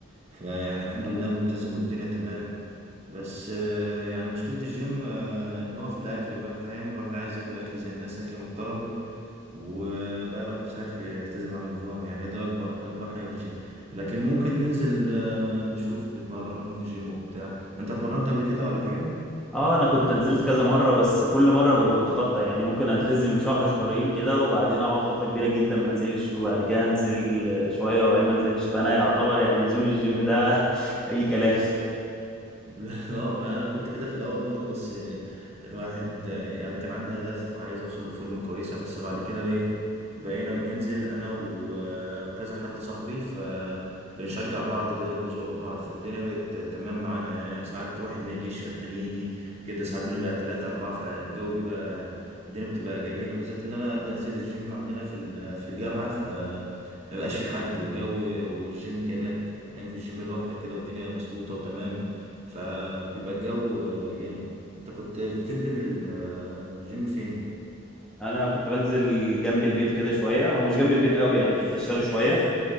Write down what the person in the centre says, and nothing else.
اه انا كنت نزلت كذا مره بس كل مره ببقى متقطع يعني ممكن التزم شهر شهرين كده وبعدين اقعد فتره كبيره جدا ما انزلش وبعد كده انزل شويه وبعدين ما انزلش فانا يعتبر يعني نزول الجيم ده <laughs> اي كلام
انا كنت بنزل جنب البيت كده شويه هو مش جنب البيت قوي يعني بتمشى له شويه